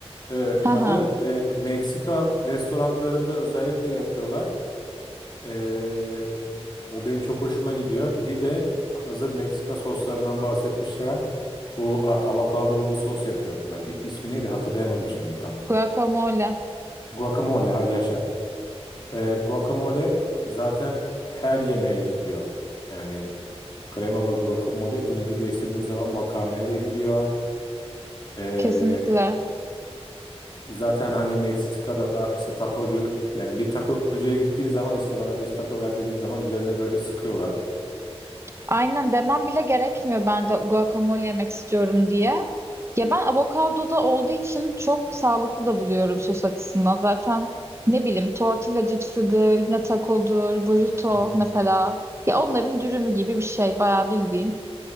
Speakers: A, on the left; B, on the right.
A: e,
B: Hı
A: adı
B: hı.
A: e, Meksika restoranlarında özellikle yapıyorlar. E, o benim çok hoşuma gidiyor. Bir de hazır Meksika soslarından bahsetmişken bu a- avokadolu bir sos yapıyorlar. İ- İsmi neydi hatırlayamadım şimdi tam.
B: Guacamole.
A: Guacamole ha yaşa. E, guacamole zaten her yemeğe gidiyor. Yani krema ve guacamole bunu birleştirdiğin zaman makarnaya da gidiyor. E,
B: Kesinlikle.
A: zaten hani Meksika'da işte takocu yani bir takocuya gittiğin zaman işte bana 5 taco ver dediğin zaman üzerine böyle sıkıyorlar.
B: Aynen demem bile gerekmiyor ben gu- guacamole yemek istiyorum diye. Ya ben avokado da olduğu için çok sağlıklı da buluyorum sos açısından. Zaten ne bileyim tortilla cipsidir, yine tacodur, burrito
A: Hı hı.
B: mesela. Ya onların dürümü gibi bir şey bayağı bildiğin.